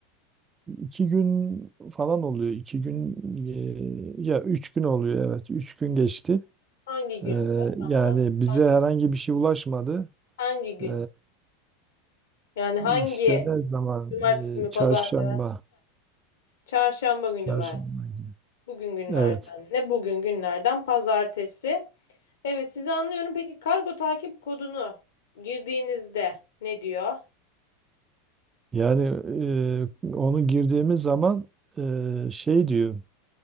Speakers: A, on the right (about 25°); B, on the left (about 80°).
A: iki gün falan oluyor. İki gün e, ya üç gün oluyor. Evet, üç gün geçti.
B: Hangi
A: E,
B: gündü
A: yani
B: tam olarak?
A: bize
B: Hangi,
A: herhangi bir şey ulaşmadı.
B: hangi gün?
A: Ee,
B: Yani hangi
A: İşte ne zaman?
B: cumartesi mi
A: e, Çarşamba.
B: pazar mı? Çarşamba günü
A: Çarşamba
B: verdiniz.
A: günü.
B: Bugün günlerden
A: Evet.
B: ne? Bugün günlerden pazartesi. Evet sizi anlıyorum. Peki kargo takip kodunu girdiğinizde ne diyor?
A: Yani e, onu girdiğimiz zaman e, şey diyor.